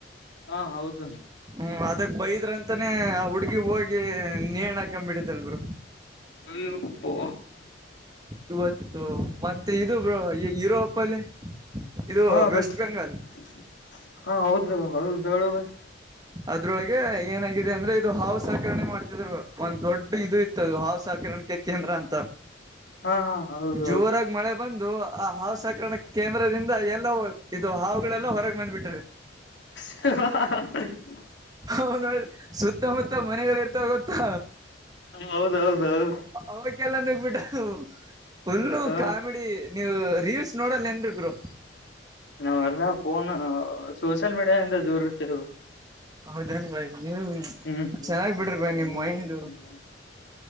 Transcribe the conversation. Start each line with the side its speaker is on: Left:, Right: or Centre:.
Left: ಹಾ ಹೌದ
Right: ಹ್ಮ್ ಅದಕ್ ಬೈದ್ರಂತಾನೇ ಆ ಹುಡ್ಗಿ ಹೋಗಿ ನೇಣ ಹಾಕೊಂಡುಬಿಟ್ಟಿದಾಳೆ ಬ್ರೋ.
Left: ಹೇ ಯಪ್ಪೊ.
Right: ಇವತ್ತು ಮತ್ತೆ ಇದು ಬ್ರೋ ಯುರೋಪಲ್ಲಿ ಇದು
Left: ಹಾ ಬ
Right: ವೆಸ್ಟ್ ಬೆಂಗಾಲ್.
Left: <unintelligible> ಹಾ ಹೌದು ಹೌದೇಳೋ ಬಾಯ್
Right: ಅದ್ರೊಳಗೆ ಏನಾಗಿದೆ ಅಂದ್ರೆ ಇದು ಹಾವು ಸಾಕರಣೆ ಮಾಡ್ತಿದ್ರು ಒಂದ್ ದೊಡ್ಡ ಇದು ಇತ್ ತ್ತ ಹಾವು ಸಕರಣೆ ಕೇಂದ್ರ ಅಂತ
Left: ಹಾ ಹಾ ಹೌದು
Right: ಜೋರಾಗ
Left: ಹೌದು
Right: ಮಳೆ ಬಂದು. ಆ ಹಾವು ಸಕರಣ ಕೇಂದ್ರದಿಂದ ಎಲ್ಲ ಇದು ಹಾವುಗಳೆಲ್ಲ ಹೊರಗೆ ಬಂದ್ಬಿಟ್ಟಾದ್ದಾವೆ.
Left: <unintelligible>
Right: ಅವನು ಸುತ್ತಮುತ್ತ ಮನೆಗಳ ಇರ್ತಾವ ಗೊತ್ತಾ.
Left: ಹೌದೌದೌದು
Right: ಅವಕ್ಕೆಲ್ಲಾನ ನುಗ್ಗಿ ಬಿಟ್ಟವ ಅವು. ಫುಲ್ಲು
Left: ಹ
Right: ಕಾಮಿಡಿ ನೀವು ರೀಲ್ಸ್ ನೋಡಲ್ ಏನ್ ಬ್ರೋ.
Left: ನಾವೆಲ್ಲಾ ಫೋನ್ ಸೋಷಿಯಲ್ ಮೀಡಿಯಾಿಂದ ದೂರ ಇರ್ತೇವೆ
Right: ಹೌದೇನ್ ಭಾಯ ನೀವು
Left: ಹ್ಮ
Right: ಚೆನ್ನಾಗ್ ಬಿಡ್ರಿ
Left: <unintelligible>
Right: ಬೈ ನಿಮ್ ಮೈಂಡ್
Left: <inaudible>